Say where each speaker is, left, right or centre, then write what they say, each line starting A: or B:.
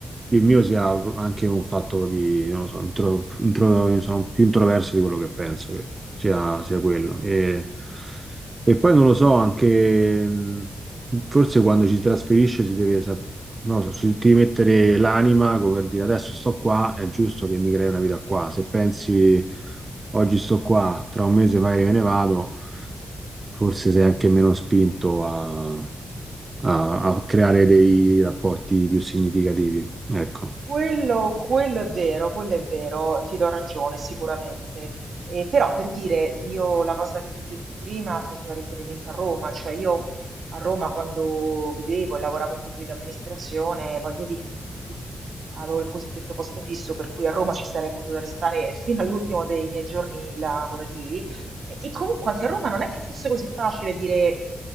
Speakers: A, on the right; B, on the right.
A: il mio sia anche un fatto di, non lo so, intro- intro- sono più introverso di quello che penso, credo, sia, sia quello. E, e poi non lo so, anche mh, forse quando ci si trasferisce si deve, sap- non lo so, ci devi mettere l'anima, come per dire adesso sto qua, è giusto che mi crei una vita qua. Se pensi oggi sto qua, tra un mese magari me ne vado, forse sei anche meno spinto a a, a creare dei rapporti più significativi. Ecco.
B: Quello quello è vero, quello è vero, ti do ragione sicuramente. Eh, però per dire, io la cosa che ti ho detto prima faceva riferimento a Roma, cioè io a Roma quando vivevo e lavoravo in pubblica amministrazione, voglio dire, dic- avevo il cosiddetto posto fisso, per cui a Roma ci sarei potuta restare fino all'ultimo dei miei giorni lavorativi. E, e comunque anche a Roma non è che fosse così facile dire,